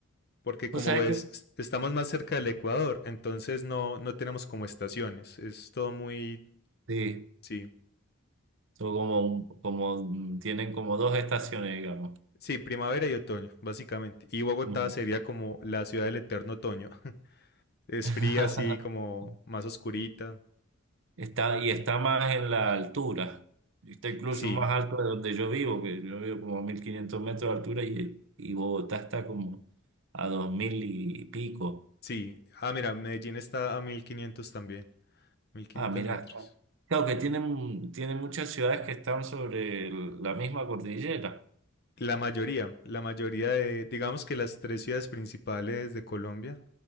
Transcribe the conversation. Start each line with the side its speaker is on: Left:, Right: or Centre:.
Left: porque
Right: ¿tú
Left: como
Right: sabes
Left: ves,
Right: qué?
Left: es- estamos más cerca del Ecuador, entonces no, no tenemos como estaciones. Es todo muy,
Right: Sí,
Left: sí,
Right: son como, un- como, mm, tienen como dos estaciones, digamos.
Left: sí, primavera y otoño, básicamente. Y Bogotá
Right: Ujú.
Left: sería como la ciudad del eterno otoño. <laughs> Es
Right: <laughs>
Left: fría, así como más oscurita.
Right: Está, y está más en la altura. Está incluso
Left: Sí,
Right: más alto de donde yo vivo, que yo vivo como a 1500 metros de altura y, y Bogotá está como a 2000 y pico.
Left: sí. Ah, mira, Medellín está a 1500 también, mil quinientos
Right: Ah, mirá,
Left: metros.
Right: está. Claro que tienen, tienen muchas ciudades que están sobre el- la misma cordillera.
Left: La mayoría, la mayoría de, digamos que las tres ciudades principales de Colombia